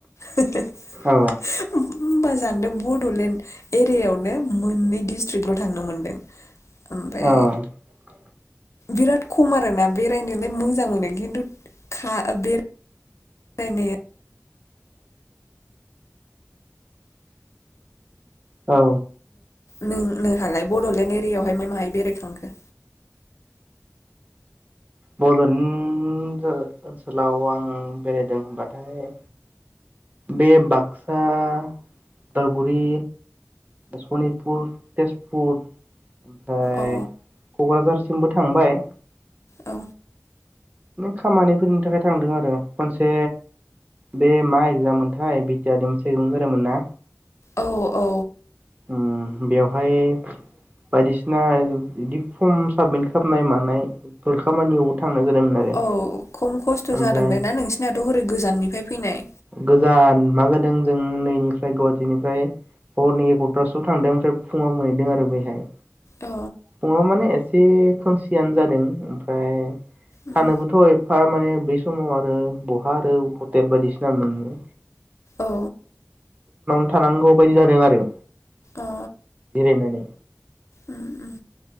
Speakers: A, on the left; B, on the right.
A: <unintelligible>
B: औ
A: बड'लेण्ड एरियायावनो मोननै डिस्ट्रिक्टल' थांनो मोनदों
B: औ
A: ओमफ्राय बिराद खम आरोना बेरायनोलाय मोजां मोनो खिन्थु <unintelligible>
B: औ
A: नों नोंहालाय बड'लेण्ड एरिया यावहाय माहाय बेरायखांखो
B: बड'लेण्ड ओनसोलाव आं बेरायदों होनबाथाय बे बाक्सा उदालगुरि सनितपुर तेजपुर ओमफ्राय
A: औ
B: क'क्राझार जोंबो थांबाय
A: औ
B: खामानिफोरनि थाखाय थांदों आरो खनसे बे मा एगजाममोनथाय बि टि आर नि मोनसे एक्जाम जादोंमोन ना
A: औ औ
B: <unintelligible> ओम बेवहाय बायदिसिना बिदि फर्म साबमिट खालामनाय मानायफोर खामानियावबो थांनाय जादोंमोन आरो
A: औ खम खस्थ'
B: ओमफ्राय
A: जादों बे ना नोंसिनियाथ' हरै गोजाननिफ्राय फैनाय
B: गोजान मा जादों जों नैनिफ्राय गुवाहाटिनिफ्राय हरनि एग्र'तासो आव थांदों ओमफ्राय फुङाव मोनहैदों आरो बैहाय
A: औ
B: फुङाव माने एसे एसे खोमसियानो जादों ओमफ्राय
A: उम
B: थानोबोथ' एफा माने बै समाव आरो ब आरो हटेल बायदिसि <unintelligible> ओमफ्राय
A: औ
B: <unintelligible> थानांगौ बायदि जादों आरो
A: अ
B: जिरायनानै
A: उम उम